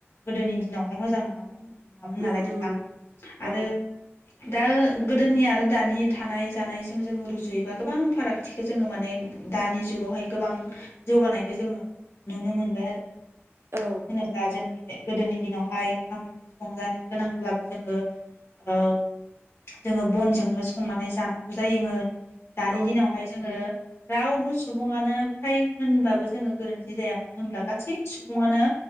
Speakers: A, on the left; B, on the right.
A: गोदोनि दिनावहाय मोजां नङामोन। नङामोन
B: उम
A: नालाय नोंथां
B: उम औ
A: आरो दा गोदोनि आरो दानि थानाय जानायजों जोङो रुजुयोबा गोबां फारागथिखौ जोङो माने दानि जुगावहाय गोबां जौगानायखौ जोङो नुनो मोनबाय आरो।
B: औ
A: होनोब्ला जों गोदोनि दिनावहाय ओंखाम ओंख्रि संजानो गोनांब्लाबो जोङो ओ जोङो बनजोंनो संनानै जानांगौ जायोमोन। दानि
B: औ
A: दिनावहाय जोङो रावबो सुबुङानो फ्राय होनबाबो जोङो गोरोन्थि जाया मानो होनब्ला गासै सुबुङानो।